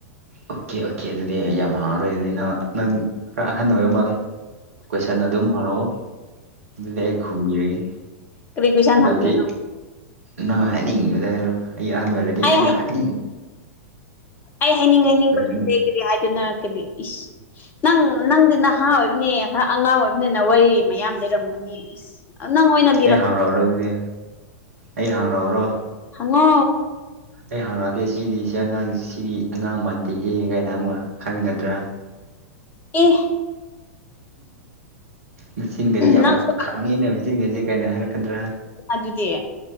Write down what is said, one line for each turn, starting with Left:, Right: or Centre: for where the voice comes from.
Right: ꯑꯣꯀꯦ ꯑꯣꯀꯦ ꯑꯗꯨꯗꯤ ꯌꯥꯝ <unintelligible> ꯑꯗꯨꯗꯤ ꯅꯪ ꯅꯪ ꯈꯔ ꯑꯍꯟꯅ ꯑꯣꯏꯕ ꯃꯥꯜꯂꯦ ꯀꯣꯏꯁꯟ ꯑꯗꯨꯝ ꯍꯪꯔꯛꯑꯣ ꯑꯗꯨꯗꯤ ꯑꯩ ꯈꯨꯝꯕꯤꯔꯒꯦ
Left: ꯀꯔꯤ ꯀꯣꯏꯁꯟ
Right: ꯍꯟꯗꯛꯇꯤ
Left: ꯍꯪꯗꯣꯏꯅꯣ
Right: ꯅꯪꯅ ꯍꯥꯏꯅꯤꯡꯕꯗ ꯍꯥꯏꯔꯣ ꯑꯩ ꯑꯍꯥꯟꯕ ꯑꯣꯏꯔꯗꯤ
Left: ꯑꯩ
Right: ꯑꯩꯅ ꯍꯥꯏꯅꯤꯡ
Left: ꯑꯩ ꯍꯥꯏꯅꯤꯡ ꯍꯥꯏꯅꯤꯡꯕ ꯂꯣꯇꯦ
Right: ꯑꯩꯅ
Left: ꯀꯔꯤ ꯍꯥꯏꯗꯣꯅꯣ ꯀꯔꯤ ꯏꯁ ꯅꯪ ꯅꯪꯗꯤ ꯅꯍꯥ ꯑꯣꯏꯕꯅꯤ ꯈꯔ ꯑꯉꯥꯡ ꯑꯣꯏꯕꯅꯤꯅ ꯋꯥꯔꯤ ꯃꯌꯥꯝ ꯂꯩꯔꯝꯒꯅꯤ ꯏꯁ ꯅꯪꯉꯣꯏꯅꯪ
Right: ꯑꯩ ꯍꯥꯡꯔꯛꯑꯔꯣ ꯑꯗꯨꯗꯤ ꯑꯩ ꯍꯥꯡꯔꯛꯑꯔꯣ
Left: ꯍꯪꯉꯣ
Right: ꯑꯩ ꯍꯪꯔꯛꯑꯗꯦ ꯁꯤꯗꯤ ꯁꯤ ꯑꯉꯥꯡ ꯁꯤꯗꯤ ꯑꯉꯥꯡ ꯃꯥꯟꯗꯦ ꯍꯦ ꯀꯥꯏꯅ ꯑꯃꯨꯛ ꯈꯟꯒꯗ꯭ꯔꯥ
Left: ꯑꯦ
Right: ꯃꯦꯆꯤꯟꯒꯗꯤ ꯌꯥꯝ
Left: ꯅꯪꯁꯨ
Right: ꯈꯥꯡꯉꯦꯅ ꯃꯦꯆꯤꯟꯒꯁꯦ ꯀꯩꯅꯣ ꯍꯥꯏꯔꯛꯀꯗ꯭ꯔꯥ
Left: ꯑꯗꯨꯗꯤ